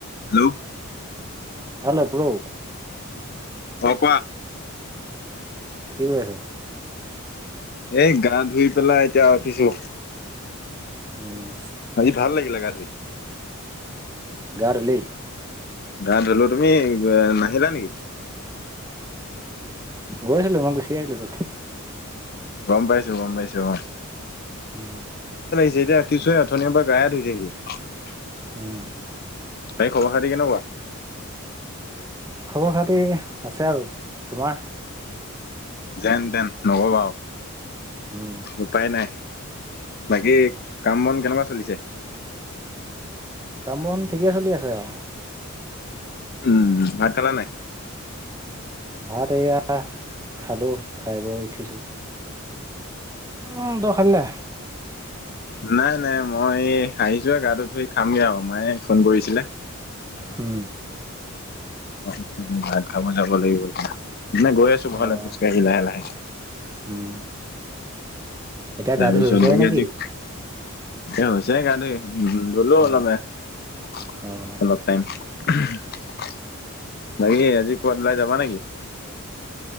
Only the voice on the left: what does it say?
hello
অ' কোৱা
এ গা ধুই পেলাই এতিয়া উঠিছো।
আজি ভাল লাগিলে গা ধুই
গা ধুলো তুমি নাহিলা নেকি?
গ'ম পাইছো গ'ম পাইছো অ'।
যেতিয়া উঠিছোঁ অথনিৰে পৰা গায়ে ধুই থাকিলো।
তাই খবৰ-খাতি কেনেকুৱা।
যেন-তেন নকবা আও
উপায় নাই বাকী কাম-বন কেনেকুৱা চলিছে
উম ভাত খালা নাই
নাই-নাই মই আহিছো হে গাটো ধুই খামগে আও মায়ে ফোন কৰিছিলে
তাৰপিছত ভাত খাব যাব লাগিব এতিয়া মই গৈ আছো ঘৰলৈ
খোজকাঢ়ি লাহে-লাহে
তাৰ
পিচত
লাগে
আজি এ হৈছে গা ধুই উম ধলো
অলপ-অলপ
টাইম। বাকি আজি কবাত ওলাই যাবা নেকি?